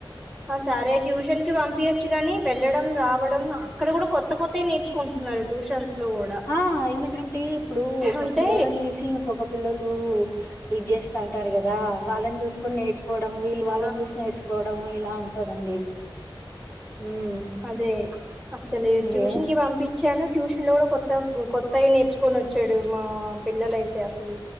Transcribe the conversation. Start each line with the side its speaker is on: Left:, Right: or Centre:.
Centre: హ సరే ట్యూషన్ కి పంపింయొచ్చు గాని వెళ్ళడం రావడం అక్కడ కూడా కొత్త కొత్తయి నేర్చుకుంటున్నారు ట్యూషన్స్ లో కూడా
Left: ఆ ఎందుకంటే ఇప్పుడు ఒక
Centre: అంటే
Left: పిల్లొల్లని చూసి ఇంకొక పిల్లొలు ఇది చేస్తాంటారు కదా వాళ్లని చూసుకొని నేర్చు కోవడం వీళ్లు
Centre: ఆ
Left: వాళ్ళని చూసి నేర్చుకోవడం ఆ ఇలా ఉంటదండి ఉమ్
Centre: అదే అస్సలే
Left: అదే
Centre: ట్యూషన్ కి పంపిం చ్చాను ట్యూషన్ లో కూడా కొత్త కొత్తయి నేర్చుకొని వచ్చాడు మా పిల్లలైతే అసలు